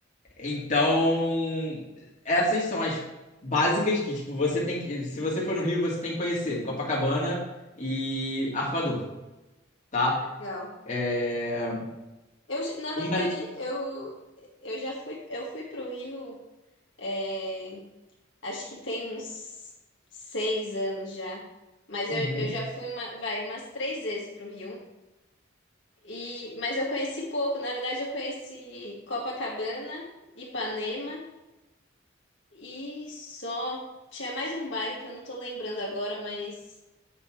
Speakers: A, on the left; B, on the left.
A: Então, essas são as básicas que, tipo, você tem que. Se você for no Rio, você tem que conhecer Copacabana e Arpoador, tá?
B: Legal.
A: É...
B: Eu, já- na verdade,
A: Uma...
B: eu, eu já fui, eu fui pro Rio, é, acho que tem uns seis anos já. Mas
A: Uhum.
B: eu, eu já fui uma, vai, umas três vezes pro Rio. E, mas eu conheci pouco, na verdade eu conheci Copacabana, Ipanema e só tinha mais um bairro que eu não tô lembrando agora, mas